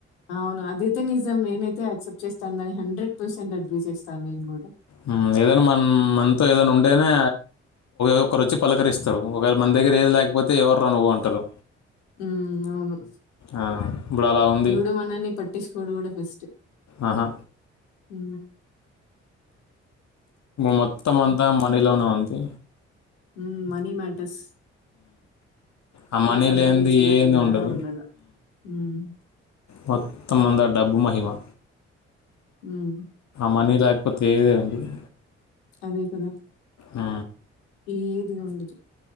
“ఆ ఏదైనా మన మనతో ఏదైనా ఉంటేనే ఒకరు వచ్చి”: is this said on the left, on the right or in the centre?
Left